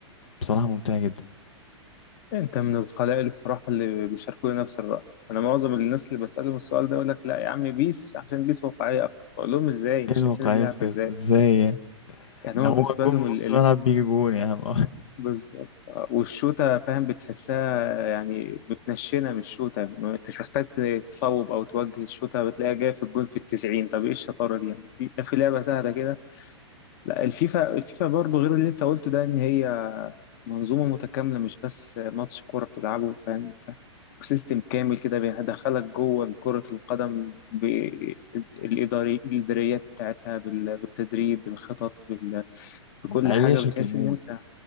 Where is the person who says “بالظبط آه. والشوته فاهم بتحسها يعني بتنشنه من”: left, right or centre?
Left